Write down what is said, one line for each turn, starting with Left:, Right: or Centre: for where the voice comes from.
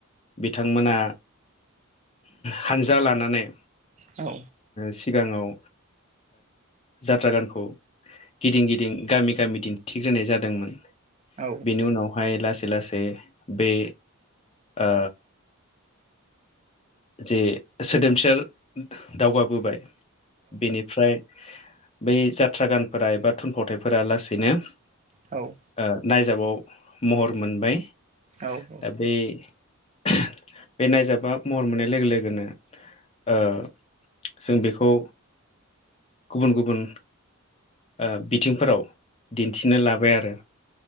Left: बिथांमोना हानजा लानानै
Right: औ।
Left: सिगाङाव जात्रा गानखौ गिदिं गिदिं गामि गामि दिन्थिग्रोनाय जादोंमोन।
Right: औ
Left: बेनि उनावहाय लासै लासै बे ओ जे सोदोमस्रि दावगाबोबाय बेनिफ्राय बै जाथ्रा गानफोरा एबा थुनफावथायफोरा लासैनो
Right: औ।
Left: ओ नायजाबाव महर मोनबाय
Right: औ।
Left: दा बे-बे नायजाबा महर मोननाय लोगो लोगोनो ओ जों बेखौ गुबुन गुबुन ओ बिथिंफोराव। दिन्थिनो लाबाय आरो